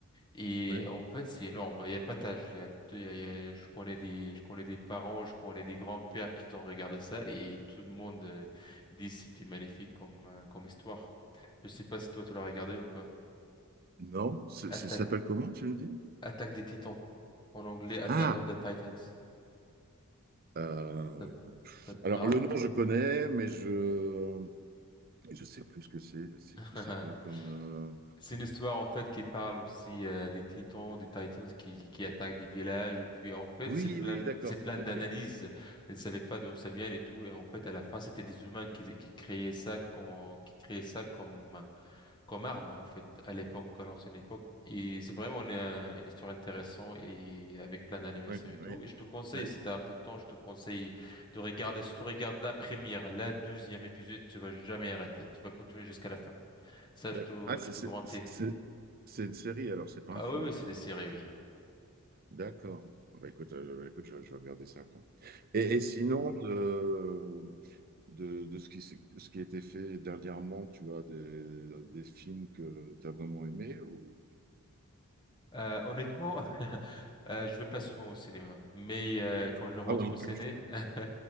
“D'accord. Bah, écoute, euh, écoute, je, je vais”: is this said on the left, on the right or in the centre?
Right